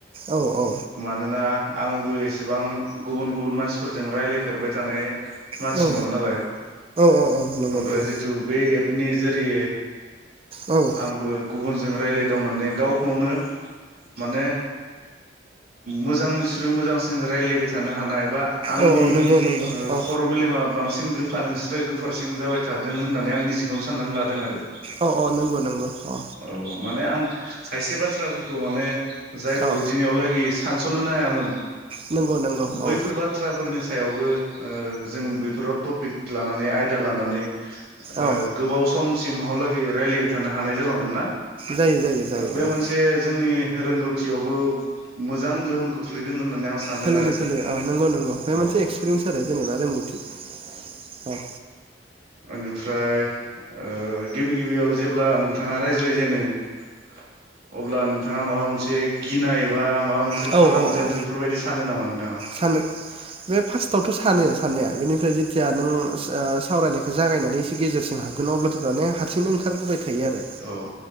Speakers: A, on the right; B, on the right.
A: औ औ
B: मानोना आंबो एसेबां गुबुन गुबुन मानसिफोरजों रायज्लायफेरबाय थानाय। मानसि
A: औ औ
B: नङा नालाय।
A: औ नंगौ
B: ओमफ्राय
A: नंगौ
B: जिथु बे एपनि जेरै
A: औ उम
B: आंबो गुबुनजों। रायज्लायदावनानै गावखौनो। माने मोजांनिख्रुइ मोजांसिन रायज्लायबाय थानो हानाय बा आंनि
A: औ औ नंगौ नंगौ
B: ओ
A: औ
B: खर' मेलेमा बांसिन गोफारनि गोफ फोरसिं जाबाय थादों होननानै आं निजिखौनो साननानै लादों आरो।
A: अ अ नंगौ नंगौ अ।
B: औ <unintelligible> खायसे बाथ्राफोरखौ माने जायफोरखौ
A: औ
B: दिनैयाव लागि सानस'नो हायामोन
A: नंगौ नंगौ
B: बैफोर
A: औ
B: बाथ्राफोरनि सायावबो ओ जों बेफोराव टपिक लानानै आयद दा लानानै ओ
A: औ
B: गोबाव समसिम। हालागि रायलायबाय थानो हानाय जालांदों ना।
A: जायो जायो जायो
B: बे
A: औ
B: मोनसे जोंनि रोंगौथियावबो मोजां गोहोम खोख्लैदों होननानै आं सानदों
A: सोलोंदों
B: आरो
A: सोलोंदों अ नंग' नंग' बे
B: औ
A: मोनसे एक्सपिरियेन्स आरो जेनेबा रोंगौथि औ।
B: ओनिफ्राय ओ गिबि गिबियाव जेब्ला नोंथाङा रायज्लाय जेनो। अब्ला नों नोंथाङा माबा मोनसे गिनाय एबा माबा मोनसे
A: औ
B: थालांगोन
A: औ औ
B: बेफोरबायदि सानो नामा नोंथाङा?
A: सानो बे फार्स्टआवथ' सानो साननाया बेनिफ्राय जेथिया नों आ सावरायनायखौ जागायनानै एसे गेजेरसिम हाबगोन अब्लाथ' दाने हारसिंनो ओंखारबोबाय थायो आरो
B: औ